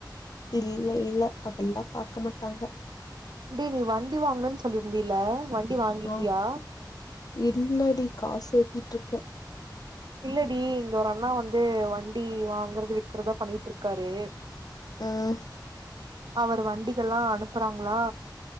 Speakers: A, on the left; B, on the right.
A: இல்ல இல்ல அப்பிட்ல்லா பாக்க மாட்டாங்க
B: டி நீ வாங்கணுன் சொல்லிருந்தீல வண் ண்டி வாங்கிட்டியா
A: ஆ இல்லடி காசு சேத்தீட்ருக்க
B: இல்லடி இங்க ஒரு அண்ணா வந்து வண்டி வாங்கறது விக்கறதா பண்ணீட்ருக்காரு
A: உம்
B: அவர் வண்டிகெல்லா அனுப்புறாங்களா